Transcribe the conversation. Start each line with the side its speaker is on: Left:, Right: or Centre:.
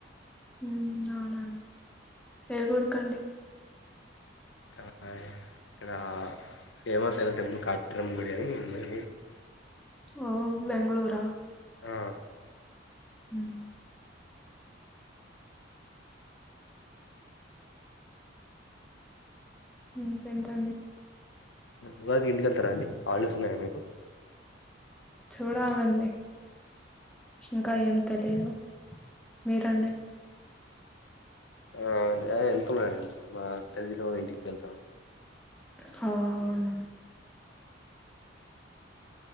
Centre: ఉమ్ అవునా ఏ గుడికండి
Left: ఆ అయ్ అక్కడ ఫేమస్ అయిన టెంపుల్ కాయిత్రమ్మ గుడి అని ఉీ
Centre: ఓ బెంగుళూరా
Left: ఆ
Centre: హ్మ్ ఇంకేంటండీ
Left: ఉగాదికి ఇంటికెళ్తారా అండి హాలిడేస్ ఉన్నాయా మీకు
Centre: చుడాలండి ఇంక ఏం తెలీదు మీరండి
Left: ఆ ఏ వెళ్తున్నండి మా కజిన్ వాళ్ళ ఇంటికి వెళ్తున్న
Centre: హవున